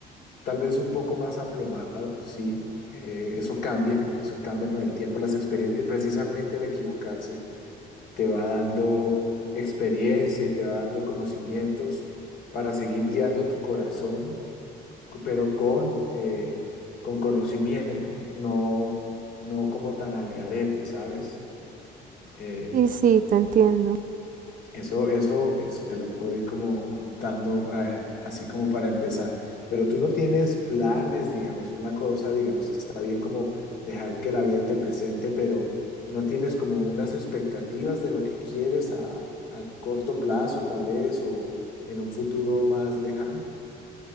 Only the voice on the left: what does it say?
tal vez un poco más aplomado, sí, eh, eso cambia, eso cambia con el tiempo, las experiencias, precisamente el equivocarse te va dando experiencia y te va dando conocimientos para seguir guiando tu corazón, pero con, eh, con conocimiento, no, no como tan al garete, ¿sabes? Eh,
Eso, eso, eso te lo puedo ir como contando, eh, así como para empezar. Pero tú no tienes planes, digamos, una cosa, digamos, está bien como dejar que la vida te presente, pero no tienes como unas expectativas de lo que quieres a, a corto plazo, tal vez, o en un futuro más lejano.